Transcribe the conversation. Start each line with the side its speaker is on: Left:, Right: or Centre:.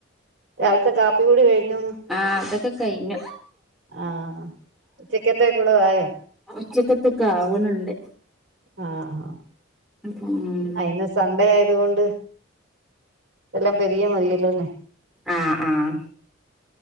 Right: രാവില്ത്തെ കാപ്പി കുടി കഴിഞ്ഞോന്ന്.
Centre: ആഹ് അതൊക്കെ കയ്ഞ്ഞു.
Right: ആഹ് ഉച്ചക്കത്തേക്കുള്ളതായോ
Centre: ഉച്ചക്കത്തൊക്കാവ്ണ് ണ്ട്.
Right: ആഹ് ആഹ്.
Centre: ഉം ഊം.
Right: ആഹ് ഇന്ന് സൺണ്ടേ ആയത് കൊണ്ട് എല്ലാം പെരിയെ മതിയല്ലോ അല്ലേ?
Centre: ആഹ് ആഹ്.